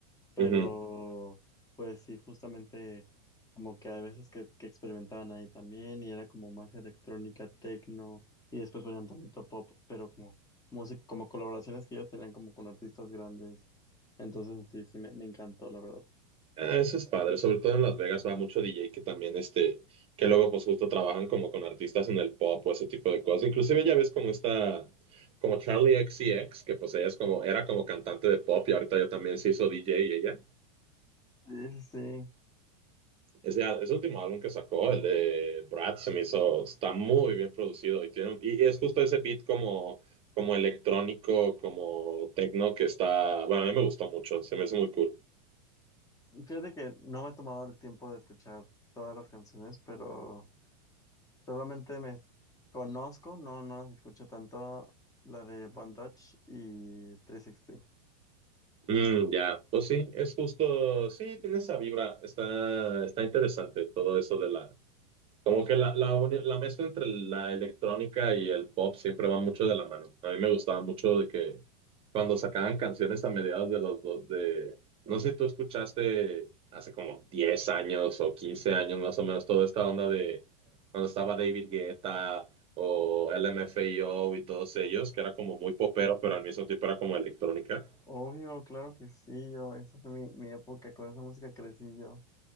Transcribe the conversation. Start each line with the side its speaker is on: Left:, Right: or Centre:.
Left: Pero,
Right: ujú.
Left: pues sí, justamente como que hay veces que, que experimentaban ahí también y era como más electrónica, techno y después ponían tanto pop, pero como música, como colaboraciones que ellos tenían como con artistas grandes. Entonces sí, sí, me, me encantó, la verdad.
Right: Ah, Eso es padre, sobre todo en Las Vegas va mucho DJ que también, este, que luego pues justo trabajan como con artistas en el pop o ese tipo de cosas. Inclusive ya ves como esta, como Charlie X C X que pues ella es como, era como cantante de pop y ahorita ya también se hizo DJ ella.
Left: Sí, sí.
Right: Ese, al- ese último álbum que sacó, el de Brad, se me hizo, está muy bien producido y, tiene, un- y es justo ese beat como, como electrónico, como techno que está, bueno, a mí me gustó mucho, se me hizo muy cool.
Left: sí. Fíjate que no me he tomado el tiempo de escuchar todas las canciones, pero solamente me conozco, no, no las escucho tanto, la de Bandage y trescientos sesenta
Right: Mm, ya, Pues sí, es justo, sí, tiene esa vibra, está, está interesante todo eso de la, Como que la, la, uni- la mezcla entre la electrónica y el pop siempre va mucho de la mano. A mí me gustaba mucho de que cuando sacaban canciones a mediados de los dos, de, no sé si tú escuchaste hace como 10 años o 15 años más o menos toda esta onda de cuando estaba David Guetta o LMFAO y todos ellos, que era como muy popero, pero al mismo tiempo era como electrónica.
Left: Obvio, claro que sí, yo, esa fue mi, mi época, con esa música crecí yo.